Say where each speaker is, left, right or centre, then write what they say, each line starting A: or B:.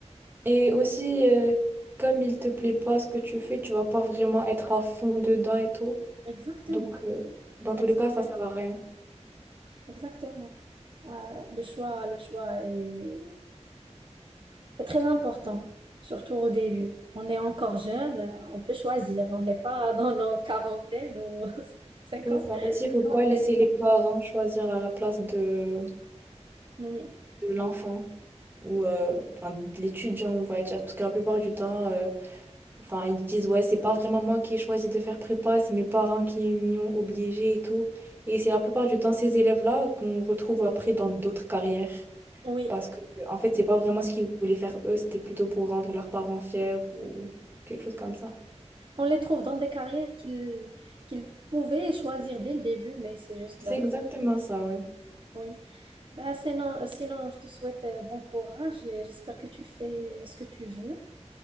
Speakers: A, on the right; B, on the right.
A: Et aussi, euh, comme il te plaît pas ce que tu fais, tu vas pas vraiment être à fond dedans et tout.
B: Exactement.
A: Donc, euh, dans tous
B: Exactement.
A: les cas, ça sert à rien.
B: Exactement. Ouais, le choix, le choix est, C'est très important, surtout au début. On est encore jeune, euh, on peut choisir. On n'est pas dans nos quarantaines ou <laughs> cinquante,
A: C'est ça. Aussi, il faut
B: cinquantaine.
A: pas laisser les parents choisir à la place de,
B: Oui,
A: de l'enfant ou euh, enfin, de l'étudiant, on va dire. Parce que la plupart du temps, euh, enfin, ils disent, ouais, c'est pas vraiment moi qui ai choisi de faire prépa, c'est mes parents qui m'y ont obligé et tout. Et c'est la plupart du temps ces élèves-là qu'on retrouve après dans d'autres carrières.
B: oui.
A: Parce que, en fait, c'est pas vraiment ce qu'ils voulaient faire eux, c'était plutôt pour rendre leurs parents fiers ou quelque chose comme ça.
B: On les trouve dans des carrières qu'ils qu'ils pouvaient choisir dès le début, mais c'est juste,
A: C'est
B: euh,
A: exactement ça, ouais.
B: oui. Bah, sinon, euh, sinon, je te souhaite euh, bon courage et j'espère que tu fais euh, ce que tu veux.